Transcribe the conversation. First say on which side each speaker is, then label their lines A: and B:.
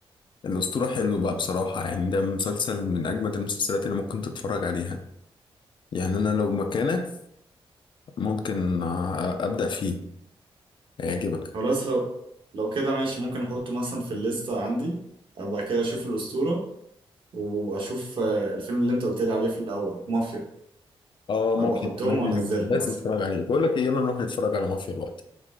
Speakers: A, on the left (about 55°); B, on the right (about 55°).
A: الأسطورة حلو بقى بصراحة يعني ده مسلسل من أجمد المسلسلات اللي ممكن تتفرج عليها يعني أنا لو مكانك ممكن آه، أبدأ فيه هيعجبك
B: خلاص لو لو كده ماشي ممكن أحطه مثلا في الليستة عندي أبقى كده أشوف الأسطورة وأشوف آه، الفيلم اللي أنت قلت لي عليه في الأول مافيا
A: اه مافيا
B: أبقى أحطهم
A: كمان
B: وأنزلهم
A: لازم
B: مثلا
A: تتفرج عليه بقول لك إيه يلا نروح نتفرج على مافيا الوقت